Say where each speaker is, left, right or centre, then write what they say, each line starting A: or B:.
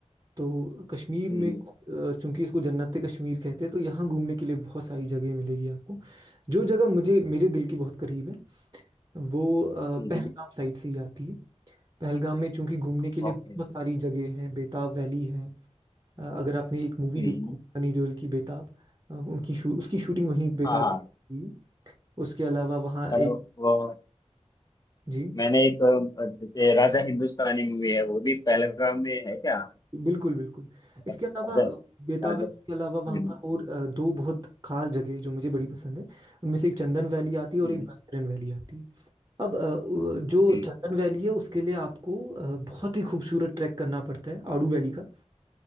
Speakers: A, on the right (about 30°); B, on the left (about 30°).
A: तो कश्मीर में
B: हम्म,
A: अ, चूंकि इसको जन्नत कश्मीर कहते हैं तो यहाँ घूमने के लिए बहुत सारी जगह मिलेगी आपको जो जगह मुझे मेरे दिल के बहुत करीब है वो अ, पहलगाम
B: हम्म,
A: साइड से ही आती है पहलगाम में चूंकि घूमने के लिए
B: ओके
A: बहुत सारी जगह हैं बेताब वैली है अ, अगर आपने एक मूवी
B: हम्म,
A: देखी है, सनी देओल की बेताब अ, उनकी शू, उसकी शूटिंग वहीं बेताब
B: हाँ हाँ
A: में हुई है। उसके अलावा वहाँ एक
B: अ, वो
A: जी
B: मैंने एक अ, जैसे राजा हिंदुस्तानी मूवी है वो भी पहलगाम में है क्या
A: बिल्कुल बिल्कुल इसके
B: राजा
A: अलावा बेताब
B: राजा
A: वैली के अलावा वहाँ
B: हम्म
A: पर और अ, दो बहुत खास जगह जो मुझे बड़ी पसंद है उनमें से एक चंदन वैली आती है और
B: हम्म
A: एक बैतरन वैली आती है अब अ, उ- जो
B: हम्म,
A: चंदन वैली है उसके लिए आपको अ, बहुत ही खूबसूरत ट्रैक करना पड़ता है आड़ू वैली का